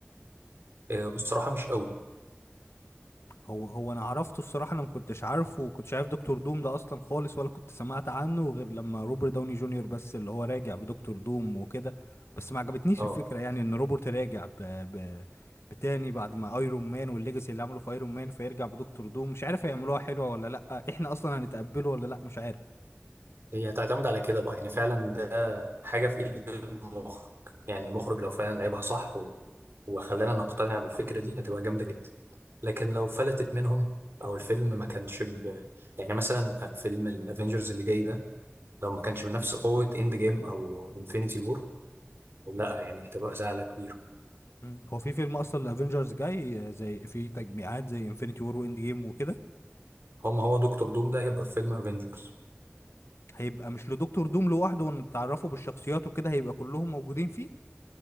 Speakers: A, on the right (about 65°); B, on the left (about 85°).
A: آه، بصراحة مش قوي
B: هو هو انا عرفته الصراحه انا ما كنتش عارفه وكنتش عارف دكتور دوم ده اصلا خالص ولا كنت سمعت عنه غير لما روبرت داوني جونيور بس اللي هو راجع بدكتور دوم وكده بس ما عجبتنيش
A: اه
B: الفكره يعني ان روبرت راجع ب... ب... بتاني بعد ما ايرون مان والليجاسي اللي عملوا في ايرون مان فيرجع بدكتور دوم مش عارف هيعملوها حلوه ولا لا احنا اصلا هنتقبله ولا لا مش عارف
A: هي هتعتمد على كده بقى يعني فعلا ده حاجة في ايد المخرج يعني المخرج لو فعلا لعبها صح و... وخلانا نقتنع بالفكرة دي هتبقى جامدة جدا لكن لو فلتت منهم او الفيلم ما كانش ب... يعني مثلا فيلم الافينجرز اللي جاي ده لو ما كانش بنفس قوة اند جيم او انفينيتي وور لا يعني هتبقى زعلة كبيرة
B: مم. هو في فيلم اصلا الافينجرز جاي آه، زي في تجميعات زي انفينيتي وور واند جيم وكده
A: هم هو دكتور دوم ده هيبقى في فيلم افينجرز
B: هيبقى مش لدكتور دوم لوحده ونتعرفوا بالشخصيات وكده هيبقى كلهم موجودين فيه